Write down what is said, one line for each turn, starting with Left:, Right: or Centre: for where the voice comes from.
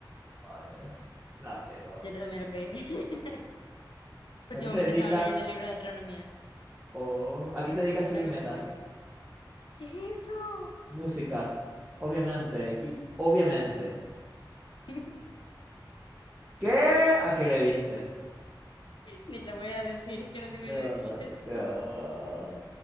Right: Oh, Dios. La pegó.
Left: Yo también lo pegué. <laughs> Últimamente
Right: ¿A qué se dedica?
Left: estaba leyendo libros de astronomía.
Right: Oh, ¿a qué se dedica Subimeta?
Left: De algo sirvió. ¿Qué es eso?
Right: Música. Obviamente. Y obviamente.
Left: <laughs>
Right: ¿Qué? ¿A qué le diste?
Left: Ni te voy a decir, es que no
Right: No,
Left: tengo idea de qué es.
Right: no.